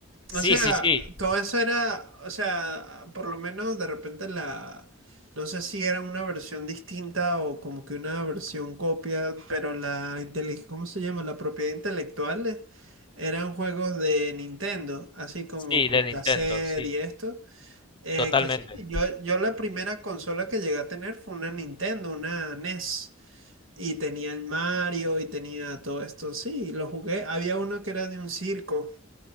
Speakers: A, on the left; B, on the right.
A: Sí,
B: O sea,
A: sí, sí,
B: todo eso era, o sea, por lo menos de repente la, no sé si era una versión distinta o como que una versión copia, pero la intele- ¿cómo se llama? La propiedad intelectual eh, eran juegos de Nintendo, así como
A: sí,
B: con
A: del Nintendo,
B: cassette
A: sí,
B: y esto. Eh,
A: totalmente.
B: que sí, yo, yo la primera consola que llegué a tener fue una Nintendo, una NES. Y tenía el Mario y tenía todo esto. Sí, lo jugué. Había uno que era de un circo.